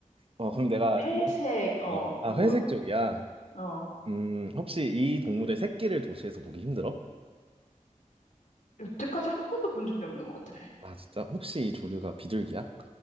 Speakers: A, on the right; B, on the left.
A: 어, 그럼 내가,
B: 회색, 어,
A: 어, 아,
B: 뭐,
A: 회색 쪽이야.
B: 어.
A: 음, 혹시 이 동물의 새끼를 도시에서 보기 힘들어?
B: 여태까지 한 번도 본 적이 없는 것 같아.
A: 아, 진짜? 혹시 이 조류가 비둘기야?